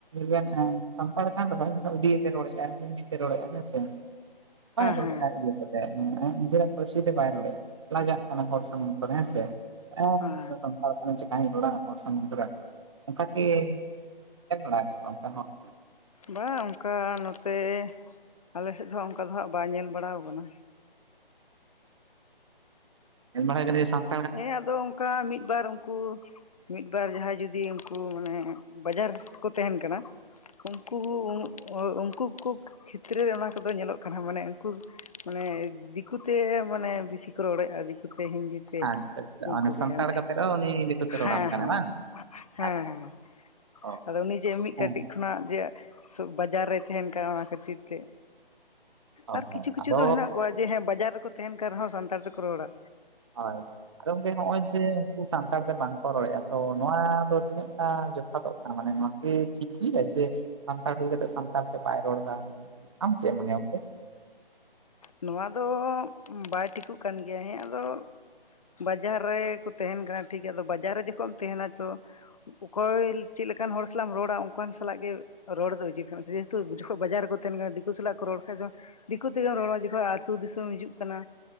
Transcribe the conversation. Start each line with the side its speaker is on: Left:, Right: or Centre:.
Right: ᱼᱼ ᱥᱟᱱᱛᱟᱲ ᱠᱟᱱ ᱨᱮᱦᱚᱸᱭ ᱩᱰᱤᱭᱟᱹ ᱛᱮ ᱨᱚᱲᱮᱜᱼᱟ ᱦᱤᱱᱫᱤ ᱛᱮ ᱨᱚᱲᱮᱜᱼᱟ ᱦᱮᱸ ᱥᱮ᱾ ᱵᱟᱭ ᱨᱚᱲᱮᱜᱼᱟ
Left: ᱦᱮᱸ
Right: ᱟᱡᱜᱮ᱾ ᱟᱭᱟᱜ ᱱᱤᱡᱮᱨᱟᱜ ᱯᱟᱹᱨᱥᱤ ᱛᱮ ᱵᱟᱭ ᱨᱚᱲᱮᱜᱼᱟ ᱞᱟᱡᱟᱜ ᱠᱟᱱᱟ ᱦᱚᱲ ᱥᱟᱢᱟᱝ ᱠᱚᱨᱮ ᱦᱮᱸ ᱥᱮ᱾ ᱮᱸ
Left: ᱦᱮᱸ
Right: ᱥᱟᱸᱱᱛᱟᱲ ᱠᱟᱹᱱᱟᱹᱧ ᱪᱮᱠᱟᱧ ᱨᱚᱲᱟ ᱦᱚᱲ ᱥᱟᱢᱟᱝ ᱠᱚᱨᱮ᱾ ᱚᱝᱠᱟ ᱠᱤ ᱧᱮᱞ ᱵᱟᱲᱟᱣ ᱠᱟᱫ ᱠᱚᱣᱟᱢ ᱚᱱᱠᱟᱱ ᱦᱚᱲ?
Left: ᱵᱟᱝ ᱚᱱᱠᱟ ᱱᱚᱛᱮ ᱟᱞᱮᱥᱮᱫ ᱫᱚ ᱦᱟᱸᱜ ᱚᱱᱠᱟ ᱫᱚ ᱦᱟᱸᱜ ᱵᱟᱭ ᱧᱮᱞ ᱵᱟᱲᱟᱣ ᱠᱟᱱᱟ᱾
Right: ᱮᱱ ᱵᱟᱲᱟᱜᱟ ᱡᱟᱱᱤ ᱥᱟᱢᱼᱼ
Left: ᱦᱮᱸ ᱟᱫᱚ ᱚᱝᱠᱟ ᱢᱤᱫ ᱵᱟᱨ ᱩᱝᱠᱩᱼᱼ ᱢᱤᱫ ᱵᱟᱨ ᱡᱟᱦᱟᱸᱭ ᱡᱩᱫᱤ ᱩᱝᱠᱩ ᱢᱟᱱᱮ ᱵᱟᱡᱟᱨ ᱨᱮ ᱠᱚ ᱛᱟᱦᱮᱱ ᱠᱟᱱᱟ ᱩᱝᱠᱩᱼᱼ ᱚ ᱩᱝᱠᱩ ᱠᱩᱜ ᱠᱷᱮᱛᱨᱮ ᱨᱮ ᱚᱱᱟ ᱠᱚᱫᱚ ᱧᱮᱞᱚᱜ ᱠᱟᱱᱟ ᱢᱟᱱᱮ ᱩᱱᱠᱩ ᱢᱟᱱᱮ ᱫᱤᱠᱩᱛᱮ ᱢᱟᱱᱮ ᱵᱮᱥᱤ ᱠᱚ ᱨᱚᱲᱮᱫᱼᱟ ᱫᱤᱠᱩ, ᱥᱮ ᱦᱤᱱᱫᱤ ᱾
Right: ᱟᱪᱪᱷᱟ ᱟᱪᱪᱷᱟ
Left: ᱩᱱᱠᱩ
Right: ᱢᱟᱱᱮ
Left: ᱜᱮ
Right: ᱥᱟᱱᱛᱟᱲ
Left: ᱦᱮ ᱦᱮᱸ
Right: ᱠᱟᱛᱮᱫ ᱨᱮᱦᱚᱸ ᱩᱱᱤ ᱫᱤᱠᱩᱛᱮ ᱨᱚᱲᱟᱢ
Left: ᱦᱮᱸ
Right: ᱠᱟᱱᱟ ᱵᱟᱝ
Left: ᱦᱮᱸ
Right: ᱟᱪᱪᱷᱟ
Left: ᱦᱮᱸ ᱾
Right: ᱚ
Left: ᱟᱫᱚ ᱩᱱᱤ ᱡᱮ ᱢᱤᱫ
Right: ᱦᱮᱸ
Left: ᱠᱟᱹᱴᱤᱡ ᱠᱷᱚᱱᱟᱜ ᱡᱮ, ᱵᱟᱡᱟᱨ ᱨᱮᱭ ᱛᱟᱦᱮᱱ ᱠᱟᱱᱟ ᱚᱱᱟ ᱠᱷᱟᱹᱛᱤᱨ ᱛᱮ
Right: ᱦᱳᱭ
Left: ᱟᱨ
Right: ᱦᱳᱭ
Left: ᱠᱤᱪᱷᱩ ᱠᱤᱪᱷᱩ
Right: ᱟᱫᱚ
Left: ᱫᱚ ᱦᱮᱱᱟᱜ ᱠᱚᱣᱟ᱾ ᱡᱮ ᱦᱮᱸ ᱵᱟᱡᱟᱨ ᱨᱮᱠᱚ ᱛᱟᱦᱮᱱ ᱠᱟᱱ ᱨᱮᱦᱚᱸ ᱥᱟᱱᱛᱟᱲ ᱛᱮᱠᱚ ᱨᱚᱲᱟ᱾
Right: ᱦᱳᱭ ᱟᱫᱚ ᱜᱚᱝᱠᱮ ᱱᱚᱜᱼᱚᱭ ᱡᱮᱼᱼ ᱥᱟᱱᱛᱟᱲ ᱛᱮ ᱵᱟᱝᱠᱚ ᱨᱚᱲᱮᱫᱼᱟ ᱛᱚ ᱱᱚᱣᱟ ᱫᱚ ᱛᱤᱱᱟᱹᱜ ᱜᱟ ᱡᱚᱛᱷᱟᱛᱚᱜ ᱠᱟᱱᱟ ᱢᱟᱱᱮ ᱱᱚᱣᱟᱠᱤ ᱴᱷᱤᱠ ᱜᱮᱭᱟ ᱡᱮ? ᱥᱟᱱᱛᱟᱲ ᱦᱳᱭ ᱠᱟᱛᱮᱜ ᱥᱟᱱᱛᱟᱲ ᱛᱮ ᱵᱟᱭ ᱨᱚᱲ ᱫᱟ ᱟᱢ ᱪᱮᱫ ᱢᱚᱱᱮ ᱜᱚᱝᱠᱮ?
Left: ᱱᱚᱣᱟ ᱫᱚ ᱵᱟᱭ ᱴᱷᱤᱠᱚᱜ ᱠᱟᱱ ᱜᱮᱭᱟ ᱦᱮᱸ ᱟᱫᱚᱼᱼ ᱵᱟᱡᱟᱨ ᱨᱮᱠᱚ ᱛᱟᱦᱮᱱ ᱠᱟᱱᱟ ᱴᱷᱤᱠ ᱜᱮᱭᱟ ᱟᱫᱚ ᱵᱟᱡᱟᱨ ᱨᱮ ᱡᱚᱠᱷᱚᱡ ᱮᱢ ᱛᱟᱦᱮᱱᱟ ᱛᱚᱼᱼ ᱚᱠᱚᱭ ᱪᱮᱫᱞᱮᱠᱟᱱ ᱦᱚᱲ ᱥᱟᱞᱟᱜ ᱮᱢ ᱨᱚᱲᱟ ᱚᱱᱠᱟᱱ ᱥᱟᱞᱟᱜ ᱜᱮᱼᱼ ᱨᱚᱲ ᱫᱚ ᱩᱪᱤᱛ ᱠᱟᱱᱟ ᱡᱮᱦᱮᱛᱩ ᱡᱚᱠᱷᱚᱡ ᱵᱟᱡᱟᱨ ᱨᱮᱠᱚ ᱛᱟᱦᱮᱱ ᱠᱟᱱᱟ ᱫᱤᱠᱩ ᱥᱟᱞᱟᱜ ᱠᱚ ᱨᱚᱲ ᱠᱷᱟᱡ ᱫᱚᱼᱼ ᱫᱤᱠᱩ ᱛᱮᱜᱮ ᱨᱚᱲ ᱡᱚᱠᱷᱚᱱ ᱟᱹᱛᱩᱳ ᱫᱤᱥᱚᱢ ᱦᱤᱡᱩᱜ ᱠᱟᱱᱟ᱾